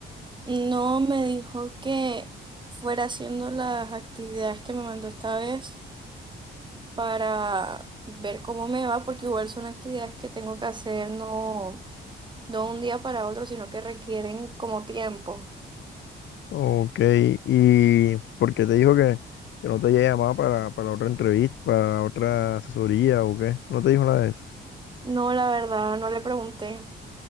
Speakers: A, on the right; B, on the left.
A: No, me dijo que fuera haciendo las actividades que me mandó esta vez para ver cómo me va, porque igual son actividades que tengo que hacer no, no un día para otro, sino que requieren como tiempo.
B: Ok, ¿y por qué te dijo que, que no te había llamado para, para otra entrevista, para otra asesoría o qué? ¿No te dijo nada de eso?
A: No, la verdad, no le pregunté.